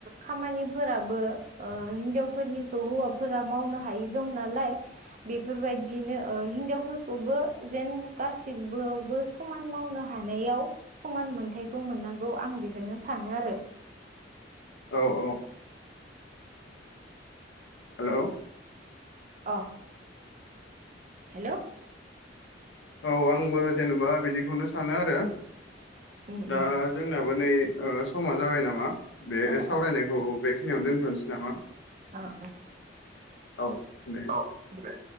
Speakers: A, on the right; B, on the left.
A: खामानि फोराबो ओ हिनजावफोरनिखौ हौवाफोरा मावनो हायै दं नालाय। बेफोरबायदिनो ओ हिनजावफोरखौबो जेन गासिबोआवबो समान मावनो हानायाव समान मोनथायखौ मोननांगौ आं बेखौनो सानो आरो।
B: औ औ हेलौ।
A: अ'। हेल'।
B: औ आंबो जेनबा बिदिखौनो सानो आरो।
A: उम
B: दा
A: उम
B: जोंनाबो नै ओ समा जाबाय नामा? बे
A: अ
B: सावरायनायखौ बेखिनियावनो दोन दोनसै नामा?
A: अ'
B: औ दे
A: उम दे।